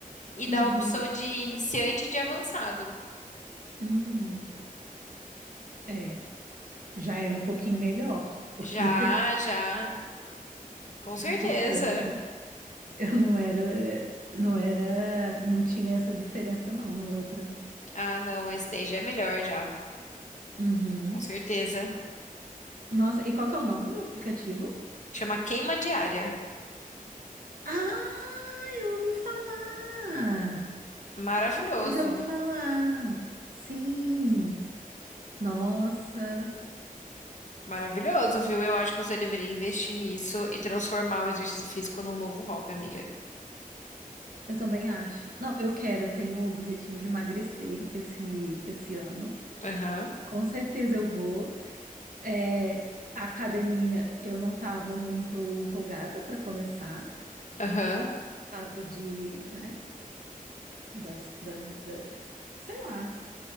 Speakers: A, on the left (about 55°); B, on the right (about 70°).
A: E dá
B: Uhum.
A: a opção de iniciante e de avançado.
B: Hum. É, já é um pouquinho melhor, <laughs> porque,
A: Já, já. Com certeza.
B: porque eu não Eu não era, não era, não tinha essa diferença não no outro.
A: Ah, não, esse daí já é melhor já.
B: Uhum.
A: Com certeza.
B: Nossa, e qual que é o nome do aplicativo?
A: Chama Queima Diária.
B: Ah, eu ouvi falar.
A: Maravilhoso.
B: Eu já ouvi falar. Sim. Nossa.
A: Maravilhoso, viu?
B: Eu,
A: Eu acho que você deveria investir nisso e transformar o exercício físico num novo hobby, amiga.
B: eu também acho. Não, eu quero, eu tenho o objetivo de emagrecer esse esse ano.
A: Aham.
B: Com certeza eu vou. É, a academia, eu não estava muito empolgada para começar, por
A: Aham.
B: causa de, né? das, das, da- sei lá,